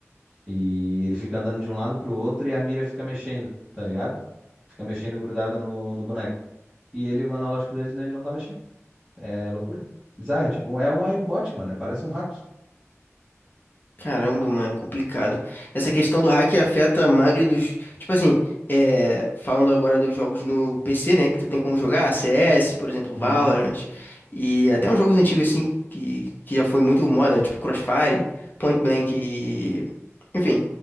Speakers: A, on the right; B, on the left.
A: E ele fica andando de um lado pro outro e a mira fica mexendo, tá ligado? Fica mexendo grudada no, no boneco. E ele, o analógico dele, ele não tá mexendo. É loucura. Bizarro, é tipo, é um iBot, mano. É, Parece um hack.
B: Caramba, mano, complicado. Essa questão do hack afeta a maioria dos. Tipo assim, é, falando agora dos jogos no PC, né? Que tu tem como jogar, CS, por exemplo,
A: Uhum,
B: Valorant. E até uns jogos antigos assim, que, que já foi muito moda, tipo Crossfire, Point Blank e. Enfim,